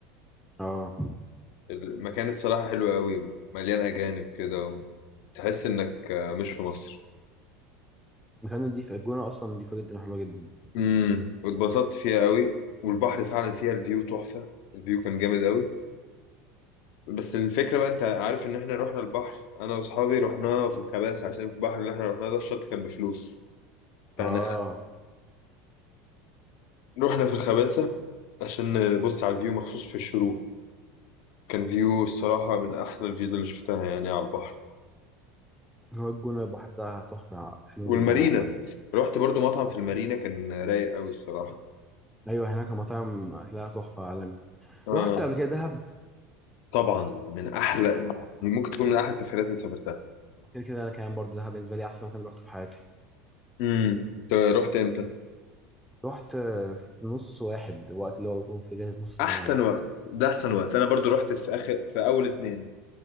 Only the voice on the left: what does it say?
المكان الصراحه حلو قوي ومليان اجانب كده وتحس انك آه، مش في مصر
امم واتبسطت فيها قوي والبحر فعلا فيها الفيو تحفه الفيو كان جامد قوي بس الفكره بقى انت عارف ان احنا رحنا البحر انا واصحابي رحنا في الخباز عشان البحر اللي احنا رحناه ده الشط كان بفلوس فاحنا
رحنا في الخباسة عشان نبص على الفيو مخصوص في الشروق كان فيو الصراحة من أحلى الفيوز اللي شفتها يعني على البحر
والمارينا
رحت برضو مطعم في المارينا كان رايق أوي الصراحة
آه
طبعا من أحلى ممكن تكون من أحلى السفرات اللي سافرتها
امم أنت رحت إمتى؟
أحسن
وقت ده أحسن وقت أنا برضو رحت في آخر في أول اتنين